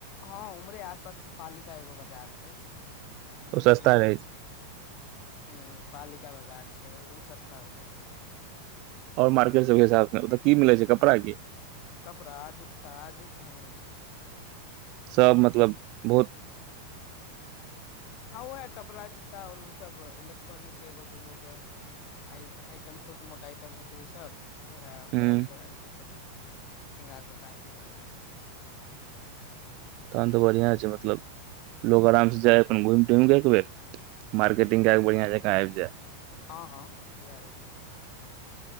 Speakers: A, on the left; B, on the right.
A: हँ उमरे आसपास पालिका एगो बजार छै कैननोटो
B: ओ सस्ता
A: प्लस
B: रहै छै
A: ह पालिका बाजार छै उ सस्ता होइया आहाँ के
B: आओर मार्केट सबके हिसाब ओतअ की मिलै छै कपड़ा की
A: कपड़ा जूता जे चाही मिल जाइ
B: सब मतलब बहुत
A: हँ वैह कपड़ा जूता आर ओ सब इलेक्ट्रॉनिक एगो दूगो जे आ आइटम छोट मोट आइटम होइ छै ओ सब उहै
B: हूं
A: बेल्ट वेल्ट सब छै शृंगार पटार के जते सामान होइ छै
B: तहन तऽ बढ़ियां छै मतलब लोग आराम से जाय अपन घुमि टुमि कऽ एकबेर मर्केटिंग
A: हूं
B: केए के
A: हूं
B: बढ़िया जकाँ आबि जैत
A: हँ हँ इहै होइ छै